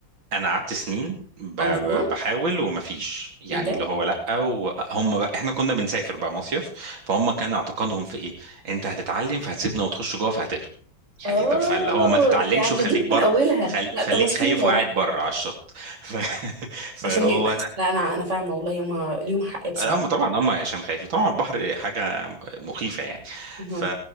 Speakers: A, on the right; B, on the right.
A: انا قعدت سنين ب-
B: انا
A: ب-
B: مقنعه
A: بحاول ومفيش يعني
B: ايه ده
A: اللي هو لا وهم بقى احنا كنا بنسافر بقى مصيف فهم كان اعتقادهم في ايه انت هتتعلم فهتسيبنا وتخش جوه فهتغرق
B: اه
A: يعني ده فاللي هو ما تتعلمش
B: بيعجزوك
A: وخليك بر
B: من اولها
A: خل...
B: لا
A: خليك
B: تنصحين
A: خايف
B: برضه
A: وقاعد بره على الشط ف... <laughs> فهو
B: عشان ي...
A: انا
B: لا انا انا فاهمه والله هما ليهم حق بصراحه
A: لا هم طبعا هم عشان خايفين طبعا البحر حاجه مخيفه يعني
B: أها.
A: ف...